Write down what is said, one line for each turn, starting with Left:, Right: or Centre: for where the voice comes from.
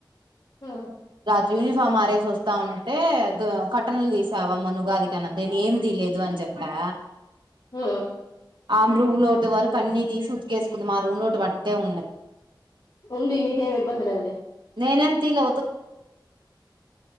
Left: ఆ
Right: రాత్రి యూనిఫామ్ ఆరేసి వస్తా ఉంటే దు కటన్లు తీస్ త్యవమ్మ నువ్ ఉగాది కన్నా నేనేం తీలేదు అని చెప్పా
Left: ఆ
Right: ఆమ్ రూమ్ లోతి వరకు అన్ని తీసి ఉతికేసుకుంది మా అత్త రూమ్ లోటు అంతే ఉన్నాయి
Left: ఉండి నీకేం ఇబ్బంది లేదులే
Right: నేనేం తీయలే